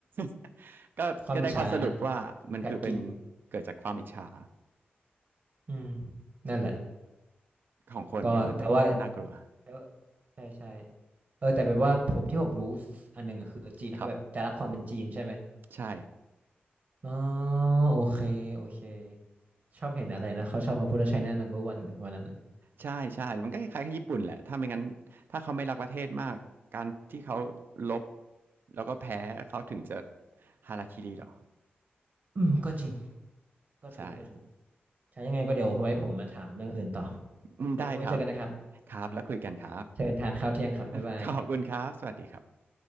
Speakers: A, on the right (about 60°); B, on the right (about 45°).
A: <laughs> ก็ก็ได้ข้อสรุปว่ามันคือเป็น
B: ความอิจฉานะกัดกิน
A: เกิดจากความอิจฉา
B: อืมนั่นแหละ
A: ของคนเนี่ยมันน่ากลัว
B: ก็แต่ว่าแต่ว่าใช่ใช่เออแต่แบบว่าผมที่ผมรู้อันหนึ่งอะคือจีนเขาแบบจะรักความเป็นจีนใช่ไหม
A: ครับใช่
B: อ๋อโอเคโอเคชอบเห็นอะไรนะเขาชอบมาพูดว่าไชน่านมเ m b e r วันเลยวันนั้นอะ
A: ใช่ใช่ มันก็คล้ายๆกับญี่ปุ่นแหละ ถ้าไม่งั้นถ้าเขาไม่รักประเทศมาก การที่เขาลบแล้วก็แพ้เขาถึงจะฮาราคิริหรอ
B: อืมก็จริงก็ถูกก็ถูก
A: ใช่
B: ใช่ยังไงก็เดี๋ยวไว้ผมมาถามเรื่องอื่นต่อ
A: อืมได้ครับ
B: ยังไงก็ไว้เจอกันนะครับ
A: ครับ แล้วคุยกันครับ
B: เชิญทานข้าวเที่ยงครับบ๊ายบาย
A: <laughs> ขอบคุณครับ สวัสดีครับ